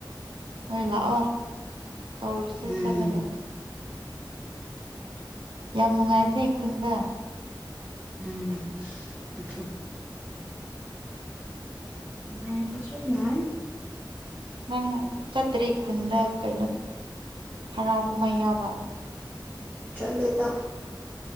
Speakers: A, on the right; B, on the right.
A: ꯍꯣꯏ ꯂꯥꯛꯑꯣ ꯇꯧꯔꯨꯁꯦ
B: ꯎꯝ
A: ꯆꯠꯂꯒ ꯌꯥꯝ ꯅꯨꯡꯉꯥꯏꯕꯅꯦ ꯈꯨꯟꯗ
B: ꯎꯝ ꯅꯨꯡꯉꯥꯏꯔꯝꯕꯁꯨ ꯌꯥꯏ
A: ꯅꯪ ꯆꯠꯇ꯭ꯔꯤ ꯈꯨꯟꯗ ꯀꯩꯅꯣ ꯍꯔꯥꯎ ꯀꯨꯝꯍꯩ ꯌꯥꯎꯕ
B: ꯆꯠꯂꯤꯗ